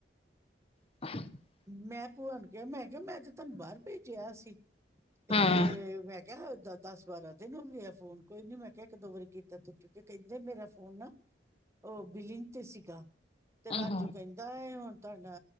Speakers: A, on the left; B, on the right.
A: <inaudible>
B: ਮੈਂ ਭੂਆ ਨੂੰ ਕਿਹਾ ਮੈਂ ਕਿਹਾ ਮੈਂ ਅੱਜ ਤੁਹਾਨੂੰ ਬਾਹਰ ਭੇਜਿਆ ਸੀ, ਤੇ
A: ਹਮ
B: ਮੈਂ ਕਿਹਾ ਦਸ -ਬਾਰਾਂ ਦਿਨ ਹੋ ਗਿਆ, ਫੋਨ ਕੋਈ ਨੀ ਮੈਂ ਕਿਹਾ ਇੱਕ- ਦੋ ਵਾਰੀ ਕੀਤਾ ਤੂੰ ਚੁੱਕ, ਕਹਿੰਦੇ ਮੇਰਾ ਫੋਨ ਨਾ ਉਹ ਬਿਲੀਨ ਤੇ ਸੀਗਾ। ਤੇ ਰਾਜੂ
A: ਆਹੋ
B: ਕਹਿੰਦਾ ਹੁਣ ਤੁਹਾਡਾ